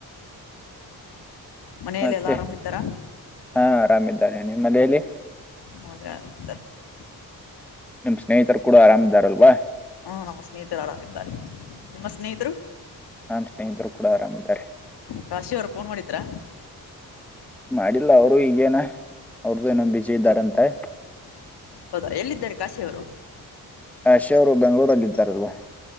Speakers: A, on the left (about 80°); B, in the centre.
A: ಮನಲೆ
B: ಮತ್ತೆ
A: ಎಲ್ಲಾ ಆರಾಮ್ ಇದ್ದಾರಾ
B: ಹಾ ಆರಾಮ್ ಇದ್ದಾರೆ ನಿಮ್ಮ ಮನೆಯಲ್ಲಿ
A: <unintelligible>
B: ನಿಮ್ ಸ್ನೇಹಿತರು ಕೂಡ ಆರಾಮ್ ಇದಾರಲ್ವಾ
A: ಹಾ ನಮ್ಮ ಸ್ನೇಹಿತರು ಆರಾಮಿದ್ದಾರೆ ನಿಮ್ಮ ಸ್ನೇಹಿತರು
B: ನಾನ್ ಸ್ನೇಹಿತರು ಕೂಡ ಆರಾಮ್ ಇದ್ದಾರೆ
A: ಕಾಶಿ ಅವರು ಫೋನ್ ಮಾಡಿದ್ರಾ
B: ಮಾಡಿಲ್ಲ ಅವರು ಈಗೇನ ಅವ್ರ್ದು ಏನೋ ಬಿಸಿ ಇದ್ದಾರಂತೆ
A: ಹೌದಾ ಎಲ್ಲಿದ್ದಾರೆ ಕಾಶಿಯವರು
B: ಹ ಕಾಶಿವ ಅವರು ಬೆಂಗಳೂರಲ್ಲಿ ಇದ್ದಾರಲ್ವಾ